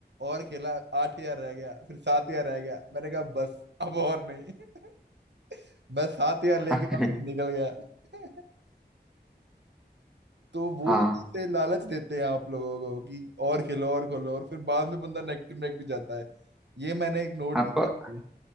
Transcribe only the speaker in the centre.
<laughs>
हाँ
हाँ
हाँ
प-